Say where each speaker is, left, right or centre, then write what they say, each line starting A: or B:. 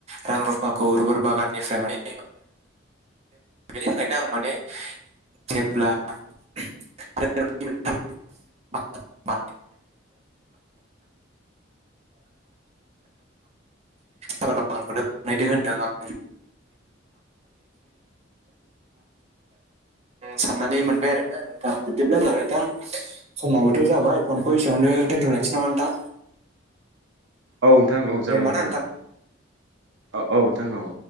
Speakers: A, on the right; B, on the right.
A: रां रुफाखौ रग बागाननिफ्राय माने <unintelligible> बेनि थाखायनो आं माने जेब्ला <unintelligible> <unintelligible> <unintelligible> बागानखौनो बानायदों होनदों आं <unintelligible> आं साननानै मोनबाय आरो ना नोंथां बिदिब्ला जाहा नोंथां समाबोथ' जाबाय फनखौ एसेयावनो दोनथ'लांसै नामा नोंथां
B: औ नोंथां औ
A: दे
B: जागोन
A: होमबा
B: नोंथां
A: ना
B: औ औ औ नोंथां औ